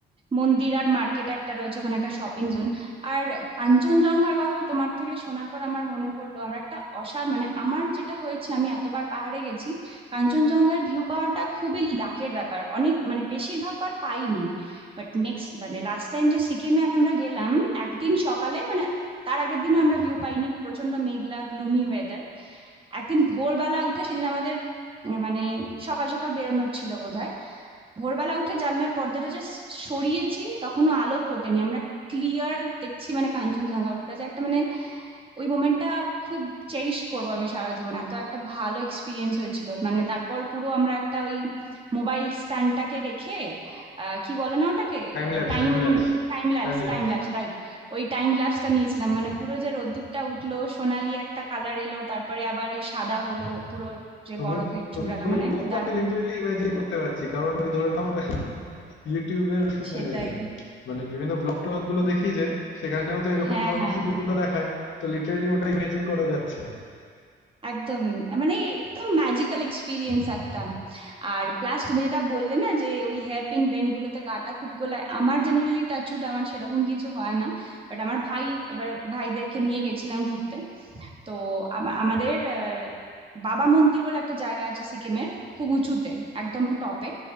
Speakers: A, on the right (about 25°); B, on the left (about 70°).
A: মন্দির আর মার্কেট একটা রয়েছে ওখানে একটা শপিং জোন আর কাঞ্চনজঙ্ঘার কথাটা তোমার থেকে শোনার পর আমার মনে পড়লো আমরা একটা অসাধ মানে আমার যেটা হয়েছে আমি এতবার পাহাড়ে গেছি কাঞ্চনজঙ্ঘার ভিউ পাওয়াটা খুবই লাকের ব্যাপার অনেক মানে বেশিরভাগ বার পাইনি বাট নেক্সট মানে লাস্ট টাইম যে সিকিমে আমরা গেলাম একদিন সকালে মানে তার আগের দিনও আমরা ভিউ পাইনি প্রচন্ড মেঘলা গ্লুমি ওয়েদার একদিন ভোরবেলা উঠে সেদিন আমাদের উম, মানে সকাল সকাল বেরোনোর ছিল বোধ ভোরবেলা উঠে জানলার পর্দাটা জাস্ট সরিয়েছি তখনো আলো ফোটেনি আমরা ক্লিয়ার দেখছি মানে কাঞ্চনজঙ্ঘা ওটা যে একটা মানে ওই মোমেন্টটা খুব চেরিশ করবো আমি সারা জীবন এত একটা ভালো এক্সপিরিয়েন্স হয়েছিল মানে তারপর পুরো আমরা একটা ওই মোবাইল স্ট্যান্ডটাকে রেখে আহ, কি বলে না ওটাকে
B: Time lapse
A: time
B: time lapse
A: time lapse
B: time lapse
A: time lapse right ওই টাইম ল্যাপসটা নিয়েছিলাম মানে পুরো যে রোদ্দুরটা উঠলো সোনালি একটা কালার এলো তারপরে আবার ওই সাদা হলো পুরো যে
B: তুমি
A: বরফের চূড়া
B: তুমি তুমি
A: মানে
B: বলছো
A: দারুণ
B: আমি লিটারেলি ইমাজিন করতে পারছি কারণ ওই ধরে নাও ইউটিউবের
A: সেটাই
B: মানে মানে বিভিন্ন ব্লগ ট্লগ গুলো দেখি যে সেখানেও তো এরকম
A: হ্যাঁ
B: ধরনের
A: হ্যাঁ
B: সিনগুলো দেখায় তো লিটারেলি ওটা ইমাজিন করা যাচ্ছে
A: একদমই মানে একদম ম্যাজিক্যাল এক্সপিরিয়েন্স একটা আর প্লাস তুমি যেটা বললে না যে ওই হেয়ার পিন বেন্ড গুলোতে গাটা খুব গোলায় আমার জেনারেলি টাচুট আমার সেরকম কিছু হয় না বাট আমার ভাই এবার ভাইদেরকে নিয়ে গেছিলাম ঘুরতে তো আমা- আমাদের আহ, বাবা মন্দির বলে একটা জায়গা আছে সিকিমের খুব উঁচুতে একদম টপে